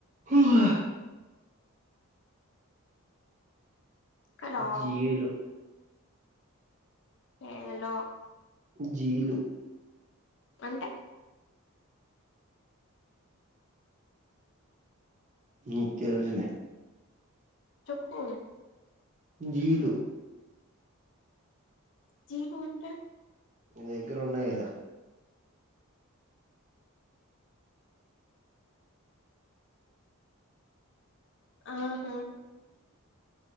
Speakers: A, on the right (about 35°); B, on the left (about 55°).
A: ఓహ
B: హలో
A: జీలు
B: ఏలో
A: జీలు
B: అంటే
A: నీక్ తెలుసులే
B: చెప్పు
A: జీలు
B: జీలు అంటే
A: మీ దగ్గర ఉన్నాయి కదా
B: ఆహా